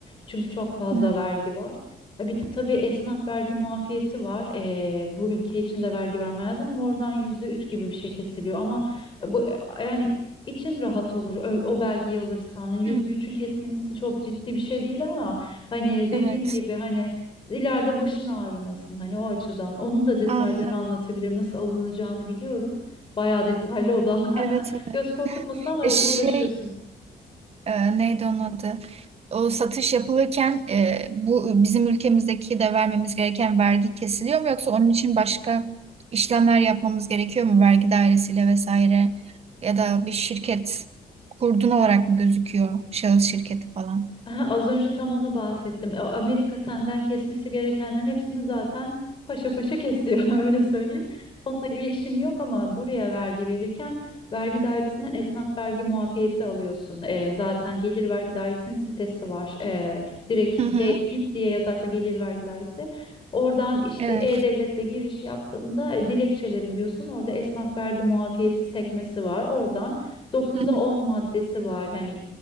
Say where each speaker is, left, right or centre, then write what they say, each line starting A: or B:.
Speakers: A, on the left; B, on the right.
A: çünkü çok fazla
B: hı.
A: vergi var. E, Bir de tabii esnaf vergi muafiyeti var. Eee, bu ülke için de vergi vermeye lazım ama oradan yüzde üç gibi bir şey kesiliyor. Ama bu yani için rahat olur ö- o, belgeyi alırsan. Hani yüzde
B: Hı.
A: üçün kesilmesi çok ciddi bir şey değil ama hani dediğim
B: Evet.
A: gibi hani ileride başın ağrımasın hani o açıdan. Onun da detaylarını
B: Anladım.
A: anlatabilirim. Nasıl alınacağını biliyorum. Bayağı detaylı o da. <laughs>
B: Evet evet.
A: Göz korkutmasın ama
B: E,
A: evet
B: şey
A: uğraşıyorsun.
B: e, neydi onun adı? O satış yapılırken e, bu bizim ülkemizdeki de vermemiz gereken vergi kesiliyor mu yoksa onun için başka işlemler yapmamız gerekiyor mu vergi dairesiyle vesaire ya da bir şirket kurdun olarak mı gözüküyor şahıs şirketi falan?
A: Aha, az önce tam onu bahsettim. A- Amerika senden kesmesi gerekenlerin hepsini zaten paşa paşa kesiyor <laughs> öyle söyleyeyim. Onunla bir işin yok ama buraya vergi verirken vergi dairesinden esnaf vergi muafiyeti alıyorsun. Ee, zaten Gelir Vergi Dairesi'nin sitesi var. Ee, direkt
B: Hı hı.
A: G GİP diye yazarsan Gelir Vergi Dairesi. Oradan işte
B: Evet.
A: E-Devlet'le giriş yaptığında e, dilekçelerim diyorsun. Orada esnaf vergi muafiyeti sekmesi var. Oradan 9'a
B: Hı hı.
A: 10 maddesi var. Yani